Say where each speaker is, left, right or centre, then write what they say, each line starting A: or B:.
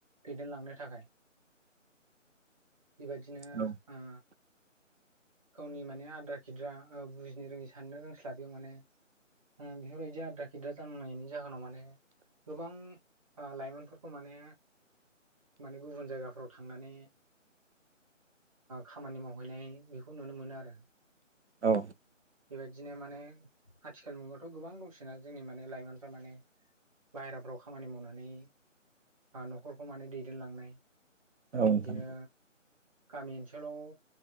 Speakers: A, on the right; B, on the right.
A: दैदेनलांनो थाखाय बेबायदिनो
B: औ
A: ओ गावनि माने आद्रा खिद्रा बुजिनो रोङि साननो रोंस्ला बैयाव माने ओ बेफोरबायदि आद्रा खिद्रा जानांनायनि जाहोनाव माने गोबां लाइमोनफोरखौ माने माने गुबुन जायगाफोराव थांनानै खामानि मावहैनाय बेखौ नुनो मोनो आरो
B: औ
A: बेबायदिनो माने आथिखाल मुगायावथ' गोबां दंसैना जोंनि माने लाइमोनफ्रा माने बाहेराफ्राव खामानि मावनानै न'खरखौ माने दैदेनलांनाय
B: नोंथां
A: बिदिनो गामि ओनसोलाव